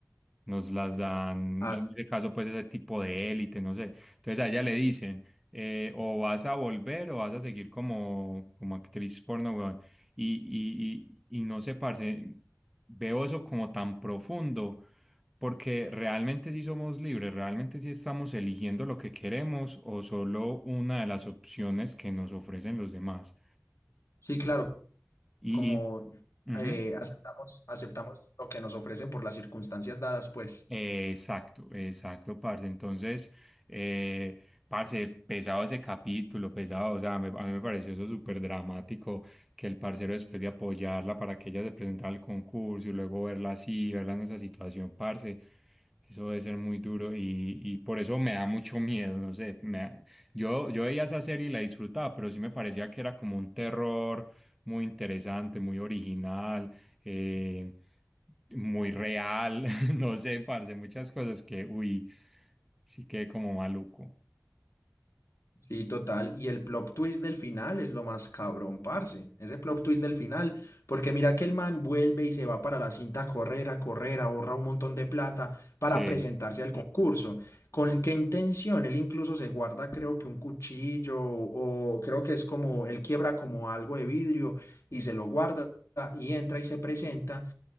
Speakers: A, in the centre; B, on the left.
A: Nos las dan,
B: Ah,
A: en ese caso, pues ese tipo de élite, no sé. Entonces a ella le dicen, eh, o vas a volver o vas a seguir como, como actriz porno, weón. Y, y, y, y no sé, parce, veo eso como tan profundo, porque realmente sí somos libres, realmente sí estamos eligiendo lo que queremos o solo una de las opciones que nos ofrecen los demás.
B: sí, claro,
A: Y,
B: como
A: y ujú.
B: eh, aceptamos, aceptamos lo que nos ofrecen por las circunstancias dadas, pues.
A: Eh, Exacto, exacto, parce. Entonces, eh, parce, pesado ese capítulo, pesado. O sea, me- a mí me pareció eso súper dramático que el parcero, después de apoyarla para que ella se presentara al concurso y luego verla así, verla en esa situación, parce, eso debe ser muy duro y, y por eso me da mucho miedo. No sé, me da- yo, yo veía esa serie y la disfrutaba, pero sí me parecía que era como un terror muy interesante, muy original. Eh, muy real <laughs> No sé, parce, muchas cosas que, uy, sí que como maluco.
B: Sí, total. Y el plot twist del final es lo más cabrón, parce. Ese plot twist del final. Porque mira que el man vuelve y se va para la cinta a correr, a correr, ahorra un montón de plata para
A: Sí.
B: presentarse al concurso. ¿Con qué intención? Él incluso se guarda, creo que un cuchillo o creo que es como, él quiebra como algo de vidrio y se lo guarda y entra y se presenta